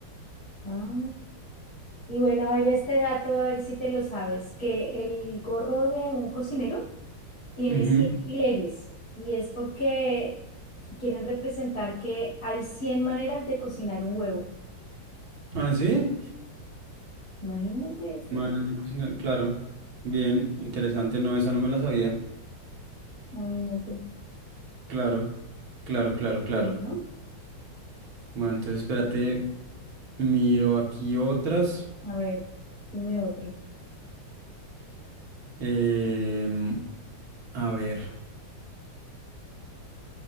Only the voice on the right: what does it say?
Ujú.
¿Ah, sí?
Manos de cocina, claro. Bien, interesante, no, esa no me la sabía.
Claro, claro, claro, claro.
Bueno, entonces espérate, miro aquí otras.
Em, a ver.